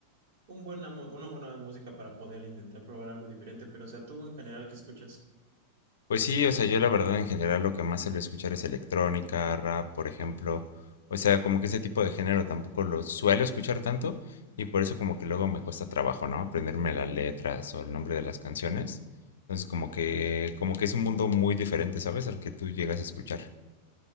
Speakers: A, on the right; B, on the left.
A: un buena mu- una buena música para poder intentar probar algo diferente, pero o sea, tú en general, ¿qué escuchas?
B: Pues sí, o sea, yo la verdad en general lo que más suelo escuchar es electrónica, rap, por ejemplo. O sea, como que ese tipo de género tampoco lo suelo escuchar tanto y por eso como que luego me cuesta trabajo, ¿no? Aprenderme las letras o el nombre de las canciones. Entonces como que como que es un mundo muy diferente, ¿sabes? Al que tú llegas a escuchar.